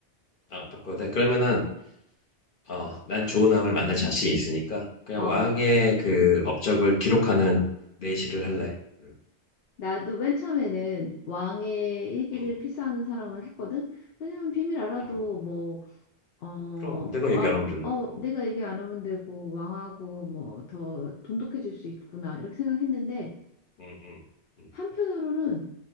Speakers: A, on the left (about 50°); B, on the left (about 65°).
A: 어, 바꿔도 돼. 그러면은, 어, 난 좋은 왕을 만날 자신이 있으니까, 그냥
B: 어,
A: 왕의 그 업적을 기록하는 내시를 할래. 음,
B: 나도 맨 처음에는 왕의 일기를
A: 음,
B: 필사하는 사람을 했거든? 왜냐면 비밀 알아도
A: 음.
B: 뭐, 어,
A: 그럼 내가
B: 와,
A: 얘기 안 하면 되는
B: 어,
A: 거고.
B: 내가 얘기 안 하면 되고, 왕하고 뭐 더 돈독해질 수 있구나, 이렇게 생각했는데,
A: 음, 음, 음,
B: 한편으로는